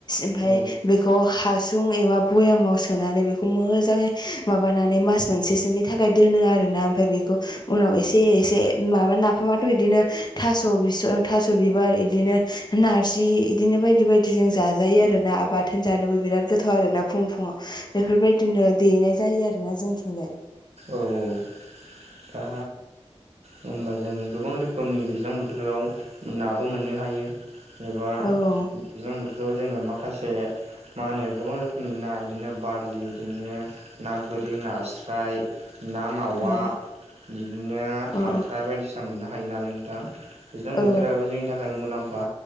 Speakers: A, on the left; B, on the right.
A: ओमफाय
B: औ
A: बेखौ हासुं एबा भयामाव सोनानै बेखौ मोजाङै माबानानै मास मोनसेसोनि थाखाय दोनो आरोना ओमफ्राय बेखौ उनाव एसे एसे माबा नाफामाथ' इदिनो थास' बिसं थास' बिबार इदिनो नारजि इदिनो बायदि बायदि बिदि जों जाजायो आरो ना बाथोन जानोबो बिराद गोथाव आरोना फुं फुङाव बेफोरबायदि बिदिनो देनाय जायो आरोना जोंथिंजाय
B: औ औ दा होमबा जों गोबां रोखोमनि दैज्लां बोथोराव नाबो मोननो हायो एबा
A: औ
B: दैज्लां बोथोराव जोङो माखासे मा होनो गोबां रोखोमनि ना इदिनो बारलि इदिनो ना गोरि नास्राय ना मावा
A: औ
B: इदिनो
A: औ
B: खांख्राइ बायदिसिना मोननो हायो नालाय नोंथां दैज्लां
A: औ
B: बोथोराबो जोंनि थाखाय मुलाम्फा